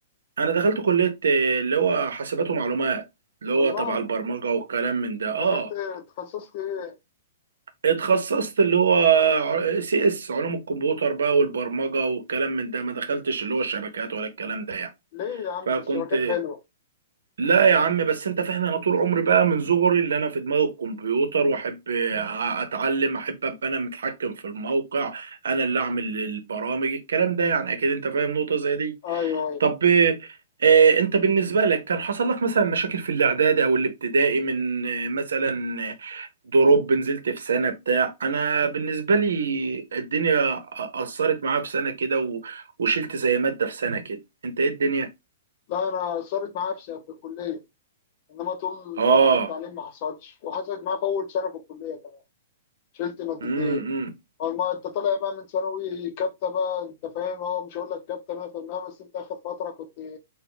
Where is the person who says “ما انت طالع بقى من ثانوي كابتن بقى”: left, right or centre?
Left